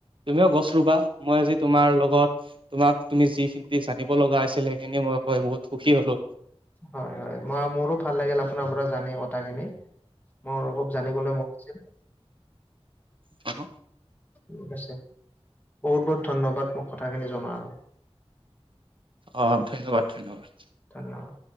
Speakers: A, on the right; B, on the left.
A: তুমিও গছ ৰুবা। মই আজি তোমাৰ লগত তোমাক তুমি যিখিনি জানিব লগা আছিল সেইখিনি মই কৈ বহুত সুখী হ'লো।
B: হয় হয় মই মোৰো ভাল লাগিল আপোনাৰ পৰা জানি কথাখিনি। মোৰ অ খুব জানিবলৈ মন আছিল।
A: ক <unintelligible>
B: ঠিক আছে, বহুত বহুত ধন্যবাদ মোক কথাখিনি জনোৱা বাবে।
A: অ, ধন্যবাদ-ধন্যবাদ।
B: ধন্যবাদ।